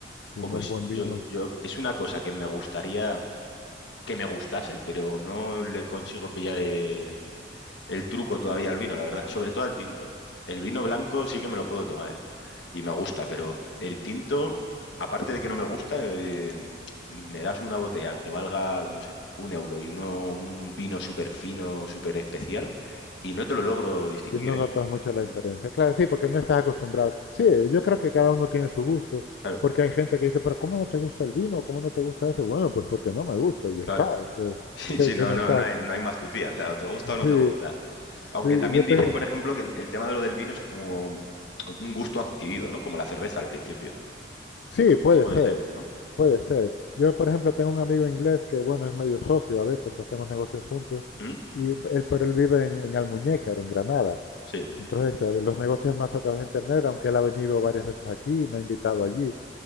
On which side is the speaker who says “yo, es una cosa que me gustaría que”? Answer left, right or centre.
Left